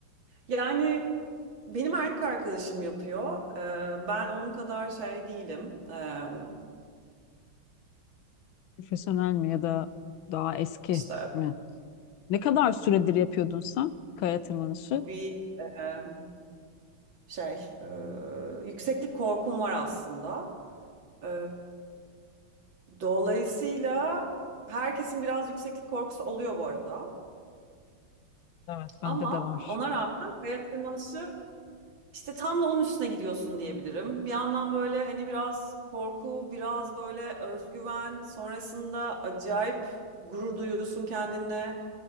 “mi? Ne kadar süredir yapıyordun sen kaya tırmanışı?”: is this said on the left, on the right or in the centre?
Left